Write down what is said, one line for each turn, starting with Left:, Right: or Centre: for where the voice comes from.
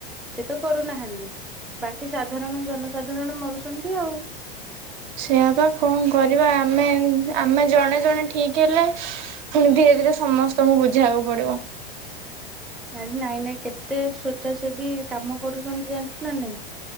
Centre: ସେ ତ କରୁନାହାନ୍ତି ବାକି ସାଧାରଣ ଜନସାଧାରଣ ମରୁଛନ୍ତି ଆଉ।
Right: ସେଇଆ ବା କଣ କରିବା ଆମେ ଆମେ ଜଣେ ଜଣେ। ଠିକ ହେଲେ। <unintelligible> ଏଇଟା ସମସ୍ତଙ୍କୁ ବୁଝିବାକୁ ପଡିବ।
Centre: ଆରେ ନାଇଁ ନାଇଁ କେତେ ସ୍ଵେଚ୍ଛାସେବୀ କାମ କରୁଛନ୍ତି ଜାଣିଛୁ ନା ନାଇଁ